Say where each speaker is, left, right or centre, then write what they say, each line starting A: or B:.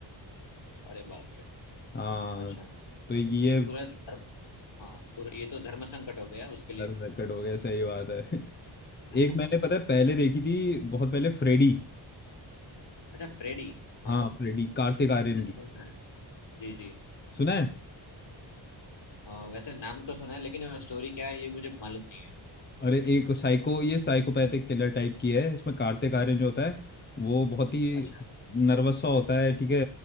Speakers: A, on the left (about 65°); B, on the left (about 20°).
A: अरे बाप रे
B: हाँ
A: अच्छा
B: तो ये
A: ये पूरा धर्म हाँ पूरा ये तो धर्म संकट हो गया उसके लिए
B: रिकॉर्ड हो गया सही बात है <laughs>
A: <laughs>
B: एक मैंने पता है पहले देखी थी बहुत पहले फ्रेडी
A: अच्छा फ्रेडी हाँ
B: हाँ फ्रेडी कार्तिक आर्यन
A: मैंने
B: की
A: सुना है जी जी
B: सुना है
A: अ, वैसे नाम तो सुना है लेकिन स्टोरी क्या है ये मुझे मालूम नहीं है
B: अरे एक साइको ये साइकोपैथिक किलर टाइप की है इसमें कार्तिक आर्यन जो होता है वो बहुत ही
A: अच्छा
B: नर्वस सा होता है ठीक है